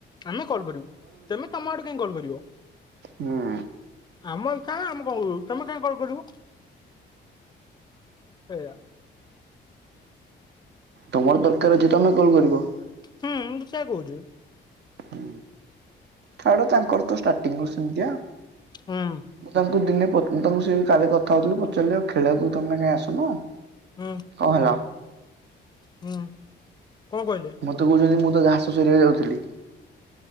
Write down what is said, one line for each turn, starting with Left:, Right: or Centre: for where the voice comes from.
Left: ଆମେ କଲ୍ କରିବୁ। ତମେ ତମ ଆଡୁ କାହିଁ କଲ୍ କରିବ।
Right: ହୁଁ
Left: ଆମ ଇଚ୍ଛା ହେଲା ଆମେ କଲ୍ କରିବୁ ତମେ କାହିଁ କଲ୍ କରିବ? ସେୟା।
Right: ତମର ଦରକାର୍ ଅଛି ତମେ କଲ୍ କରିବ।
Left: ହୁଁଁ ମୁଁ ତ ସେୟା କହୁଛି।
Right: ହୁଁ। ଛାଡ ତାଙ୍କର ତ ଷ୍ଟାଟିଙ୍ଗ୍ ରୁ ସେମିତିଆ
Left: ହୁଁ
Right: ମୁଁ ତାଙ୍କୁ ଦିନେ ପ ମୁଁ ତାଙ୍କୁ ସେ କାଲି କଥା ହୋଉଥିଲୁ ପଚାରିଲି ଆଉ ଖେଳକୁ ତମେ କାହିଁ ଆସୁନ?
Left: ହୁଁ।
Right: କଁ ହେଲା?
Left: ହୁଁ କଁ କହିଲେ?
Right: ମତେ କହୁଛନ୍ତି, ମୁଁ ତ ଘାସ ସରିବାକୁ ଯାଉଥିଲି।